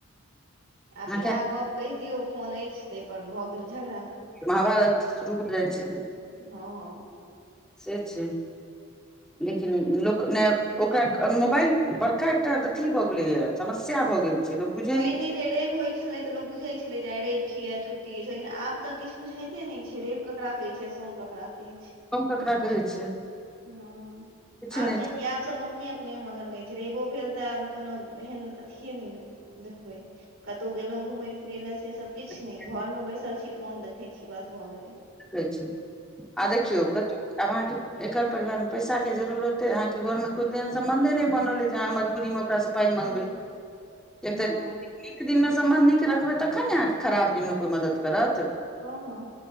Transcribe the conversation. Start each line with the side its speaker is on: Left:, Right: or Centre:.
Centre: अहाँके
Right: आब इहे
Centre: हाथमे
Right: गप केह दियौ फोन ऐछ ताहिपर भऽ गेल झगड़ा
Centre: महाभारत शुरू भऽ जाइ छै
Right: हँ
Centre: से छै लेकिन लोक ने ओकरा मोबाइल बड़का एकटा अथी भऽ गेलैए समस्या भए गेल छै लोक बुझै
Right: पहिने
Centre: नय छै
Right: जे रवि होइ छलै तऽ लोक बुझै छलै जे आइ रैब छियै आइ छुट्टी ऐछ लेकिन आब तऽ कित बुझाइते नय छै रैब ककरा कहै छै सोम कक रा कहै छै
Centre: हम ककरा कहै छै
Right: हूँ
Centre: किछु
Right: आब
Centre: नहि
Right: किया कि आब सब अपने अपने मगन रहै छै रैबो भेल तब कोनो एहन अथिये नै देखबै कतौ गेलों घुमै फिरै ले से सब किछ नै
Centre: छै
Right: घर में बैसल छी फोन देखैत छी बस भऽ गेलै
Centre: कहै छी आ देखियौ कतो आब अहाँ के एकल परिवार में पैसा के जरूरत ऐ आहा के घर मे कोइ तेहन समबंधे नै बनल ऐ जे अहाँके मजबूरी में ओकरा सँ पाइ
Right: ह
Centre: मँगबै किया
Right: हँ
Centre: तऽ नीक दिन में सम्बन्ध नीक रखबै तखन ने अहाँके खराब दिन में कोइ मदद करत
Right: हँ हँ